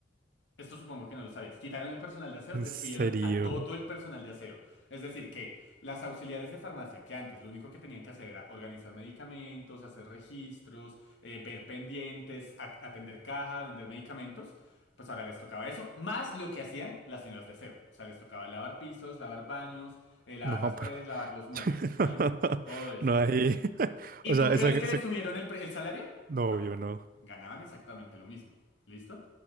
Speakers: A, on the left; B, on the right.
A: Esto supongo que no lo sabías. Quitaron el personal de aseo,
B: En
A: despidieron
B: serio.
A: a todo el personal de aseo. Es decir, que las auxiliares de farmacia, que antes lo único que tenían que hacer era organizar medicamentos, hacer registros, eh, ver pendientes, ac- atender caja, vender medicamentos, pues ahora les tocaba eso, más lo que hacían las señoras de aseo. O sea, les tocaba lavar pisos, lavar baños, eh, lavar
B: No,
A: las paredes,
B: pero.
A: lavar los muebles,
B: <laughs>
A: ¿vale? Todo eso.
B: No hay. <laughs>
A: ¿Y
B: O sea,
A: tú crees
B: esa, esa-
A: que les subieron el, pre- el salario?
B: No,
A: No,
B: yo no.
A: ganaban exactamente lo mismo. ¿Listo?